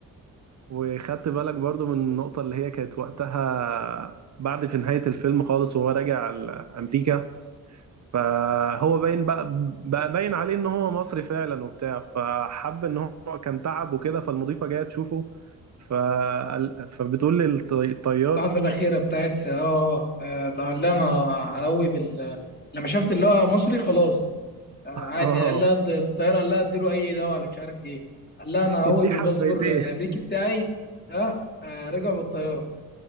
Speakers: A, on the right; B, on the left.
A: وخدت بالك برضو من النقطة اللي هي كانت وقتها بعد في نهاية الفيلم خالص وهو راجع ال- أمريكا فهو باين بقى بقى باين عليه إن هو مصري فعلا وبتاع فحب إن هو كان تعب وكده فالمضيفة جاية تشوفه فقال فبتقول للطيار
B: اللحظه الاخيره بتاعت اه آه، لعل انا هقوي بال لما شفت اللي هو مصري خلاص آه، عادي
A: <laughs> اه
B: قال لها اد- الطياره قال لها اديله اي دواء ولا مش عارف ايه قال لها انا هقوي
A: ادي
B: بالباسبور
A: حبيتين
B: الامريكي بتاعي ها آه، رجعوا بالطياره